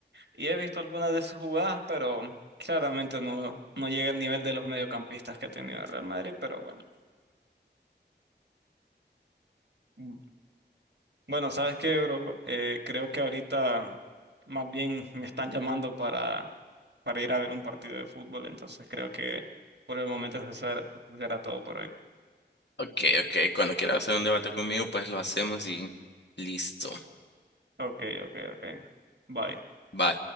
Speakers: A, on the right; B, on the left.
A: Y he visto algunas de sus jugadas, pero claramente no, no llega al nivel de los mediocampistas que ha tenido el Real Madrid, pero bueno. Mm, Bueno, ¿sabes qué, bro? Eh, creo que ahorita más bien me están llamando para, para ir a ver un partido de fútbol, entonces creo que por el momento eso será, eso será todo por hoy.
B: Ok, ok, cuando quieras hacer un debate conmigo, pues lo hacemos y listo.
A: Ok, ok, ok. Bye.
B: Va,